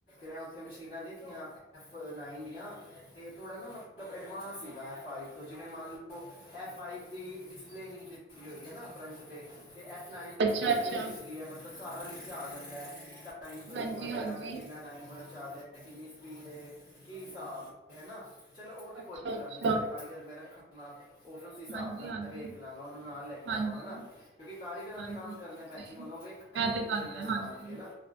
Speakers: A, on the left; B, on the right.
A: ਮੈਂ ਉਥੇ ਮਸ਼ੀਨਾਂ ਦੇਖੀਆਂ ਐਫ ਨਾਈਨ ਦੀਆਂ, ਤੇ ਥੋੜਾ ਨਾ ਮਤਲਬ ਐਡਵਾਂਸ ਸੀਗਾ ਐਫ ਫਾਈਵ ਤੋਂ, ਜਿਵੇਂ ਮਾੰਨ ਲੋ ਐਫ ਫਾਈਵ ਦੀ ਡਿਸਪਲੇ ਨੀ ਦਿੱਤੀ ਹੋਈ ਹੈਨਾ ਫਰੰਟ ਤੇ, ਤੇ ਐਫ ਲਾਨ ਲਖ
B: ਅੱਛਾ ਅੱਛਾ
A: ਕੇ ਦਿੱਤੀ ਦੀ ਹੈ। ਮਤਲਬ ਸਾਰਾ ਲਿਖੇ ਆ ਜਾਂਦਾ ਟਾਈਮ ਟੂਮਈਮ
B: ਹਾਂਜੀ
A: ਵਗੈਰਾ
B: ਹਾਂਜੀ
A: ਵੀਈ ਕਿੰਨਾ ਟਾਈਮਰ ਚੱਲ ਰੇਆ, ਕਿੰਨੀ ਸਪੀਡ ਏ, ਕੀ ਸ੍ਹਾਬ ਏ, ਹਨਾ ਚਲੋ ਓ ਤੇ
B: ਅੱਛਾ
A: ਕੋਈ
B: ਅੱਛਾ
A: ਗਾੱਲ ਨੀ ਜੇੜੇ ਕਾਰੀਗਰ ਮੈਂ ਰੱਖਾਂ ਨਾ ਓ ਫੇਰ ਉਸੀ ਸਾਬ
B: ਹਾਂਜੀ
A: ਨਾਲ
B: ਹਾਂਜੀ
A: ਮੈਂ ਵੇਖ ਲਾਂਗਾ ਓਨੂੰ ਨਾਲ ਲੈ ਕੇ ਜਾਵਾਂਗਾਂ
B: ਹਾਂਜੀ
A: ਨਾ। ਕਿਉਂਕਿ ਕਾਰੀਗਰਾਂ
B: ਹਾਂਜੀ
A: ਨੇ ਕਾੰਮ
B: ਇੱਕਦਮ
A: ਕਰਨੈ ਭੈਨ
B: ਸਹੀ
A: ਜੀ, ਹੁਨ ਓ ਵੇਖਨਗੇ
B: ਇਹ
A: ਤੇ ਮਸ਼ੀਨਾਂ
B: ਗੱਲ ਹੈ
A: ਚਲਾਨਗੇਂ
B: ਹਾਂਜੀ
A: ਨਾ।